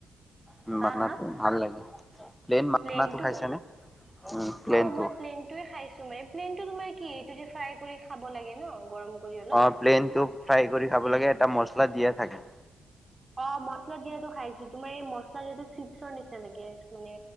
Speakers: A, in the centre; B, on the right (about 25°).
A: উম,
B: হা
A: মাখনাটো
B: হা
A: ভাল লাগে। প্লেন মাখনাটো
B: প্লেনটো,
A: খাইছানে? উম প্লেনটো
B: অ', মই প্লেনটোৱে খাইছো মানে প্লেনটো তোমাৰ কি এইটো যে ফ্ৰাই কৰি খাব লাগে ন, গৰম কৰি অলপ
A: অ', প্লেন টো ফ্ৰাই কৰি খাব
B: উম
A: লাগে, এটা মচলা দিয়ে থাকে।
B: অ', মছলা দিয়াটো খাইছো, তোমাৰবএই মছলা দিয়াটো চিপছৰ নিচিনা লাগে মানে